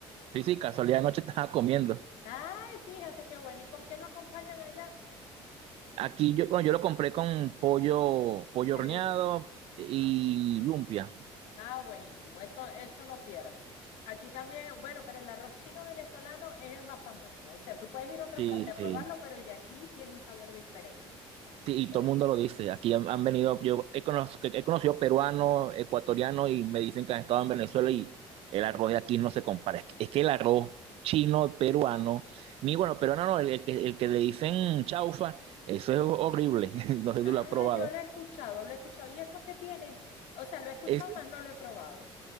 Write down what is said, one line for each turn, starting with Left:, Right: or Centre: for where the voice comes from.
Right: Sí, sí, casualidad, anoche estaba comiendo.
Left: Ay, fíjate qué bueno. ¿Y con qué lo acompañan allá?
Right: Aquí yo, bueno, yo lo compré con pollo, pollo
Left: Agridulce.
Right: horneado y
Left: Ah,
Right: lumpia.
Left: ah, buenísimo. Eso, eso no pierde. Aquí también, bueno, pero el arroz chino venezolano es el más famoso. O sea, tú puedes ir a otra
Right: Sí,
Left: parte a
Right: sí.
Left: probarlo, pero el de aquí tiene un sabor diferente.
Right: Sí, y
Left: Eh,
Right: todo el mundo lo dice. Aquí han, han venido, yo he, cono- he conocido peruanos, ecuatorianos y me dicen que han estado en Venezuela y el arroz de aquí no se compara. Es que, es que el arroz chino, peruano, ni bueno, peruano no, el, el que, el que le dicen chaufa, eso es horrible. <laughs> No sé
Left: ah,
Right: si lo has probado.
Left: yo lo he escuchado, lo he escuchado. ¿Y eso qué tiene? O sea, lo he escuchado
Right: Es,
Left: más, no lo he probado.